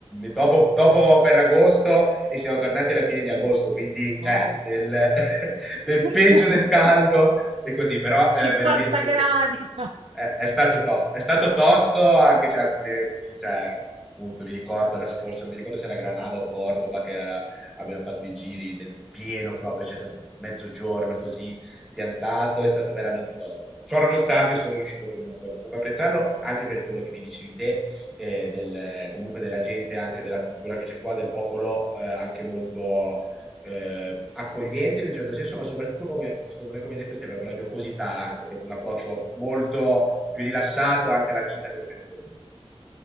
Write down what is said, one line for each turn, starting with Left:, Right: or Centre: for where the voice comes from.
Centre: dopo, dopo Ferragosto e siamo tornati alla fine di
Right: Mm.
Centre: agosto, quindi cioè,
Right: Oh.
Centre: nel, <laughs> nel
Right: <laughs>
Centre: peggio del caldo e così, però eh,
Right: 50
Centre: veramente mi è
Right: gradi.
Centre: piaciuto.
Right: <laughs> no?
Centre: È, è stato tosto, è stato tosto anche cioè, alcuni, alcuni cioè, appunto, mi ricordo adesso forse, non mi ricordo se era Granada o Cordoba che eh, abbiamo fatto i giri nel pieno proprio, cioè mezzogiorno così piantato, è stato veramente tosto. Ciò nonostante sono riuscito comunque, comunque a apprezzarlo anche per quello che mi dicevi te, eh, del, comunque della gente, anche della cultura che c'è qua, del popolo eh, anche molto eh, accogliente in un certo senso, ma soprattutto come, secondo me, come hai detto te, proprio la giocosità, anche proprio un approccio molto più rilassato anche alla vita che mi è piaciuto molto.